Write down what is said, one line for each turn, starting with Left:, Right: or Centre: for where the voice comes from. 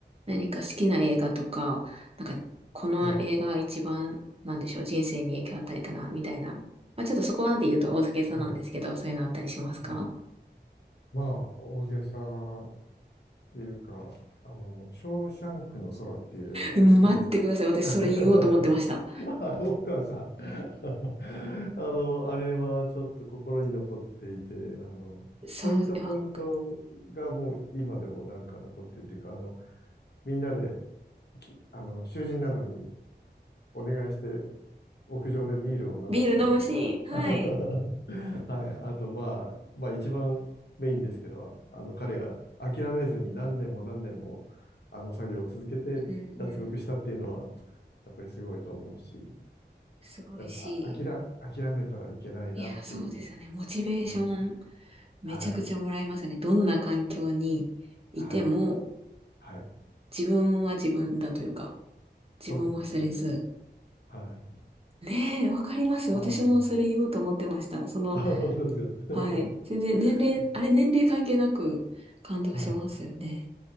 Right: 何か好きな映画とか、なんか、この映画一番、
Left: はい。
Right: なんでしょう、人生に影響を与えたな、みたいな。まあ、ちょっとそこまで言うと大酒さんなんですけど、
Left: はい。
Right: そういうのあったりしますか
Left: はい。まあ、大げさっていうか、あの、ショーシャンクの空っていう映画知ってます
Right: うん待ってください。私それ言おうと思ってました。
Left: <laughs> あ思ってました。<laughs> あの、あれはちょっと心に残っていて、あの、
Right: そうで、
Left: ポイントポイントがもう今でもなんか残ってるっていうか、
Right: わか
Left: あの、みんなでき、あの、囚人なのにお願いして屋上でビールを飲むシーンとか。
Right: ビール飲むシーン。
Left: <laughs> は
Right: はい。
Left: い。あと、まあ、まあ、一番メインですけど、あの、彼が諦めずに何年も何年も、あの作業を続けて脱獄したっていうのは、
Right: うんうん。
Left: やっぱりすごいと思うし、
Right: すごいし。
Left: なんか、あ、諦、諦めたらいけないなっていう。
Right: いや、そうですよね。モチベーション、
Left: うん。
Right: めちゃくちゃもらいますね。
Left: はい。
Right: どんな環境にいても、
Left: はい。はい。
Right: 自分は自分だというか、自分を忘れず、
Left: そうですね。はい。
Right: ねえ、わかります。
Left: ああ、
Right: 私もそれ言おうと思ってました。
Left: はい。
Right: その、
Left: あ、本当ですか。<laughs>
Right: はい。全然年齢、あれ年齢関係なく感動しますよね。
Left: はい。